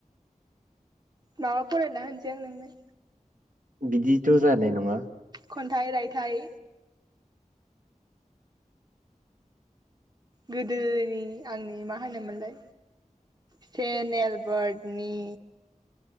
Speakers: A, on the right; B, on the right.
A: माबा फरायना होनसै आं नोंनो
B: बिदिथ जानाय नङा
A: खन्थाइ रायथाइ गोदोनि आंनि मा होनोमोनलाय सेन एलबार्टनि